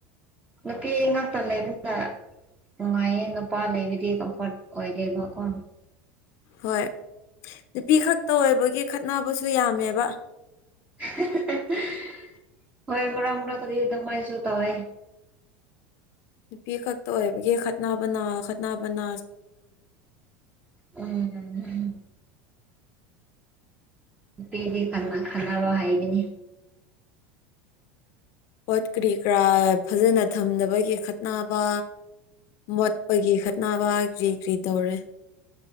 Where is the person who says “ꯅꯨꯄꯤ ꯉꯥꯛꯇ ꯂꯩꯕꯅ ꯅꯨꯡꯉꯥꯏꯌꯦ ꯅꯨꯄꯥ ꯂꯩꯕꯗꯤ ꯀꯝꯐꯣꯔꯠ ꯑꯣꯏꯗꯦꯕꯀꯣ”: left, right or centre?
Right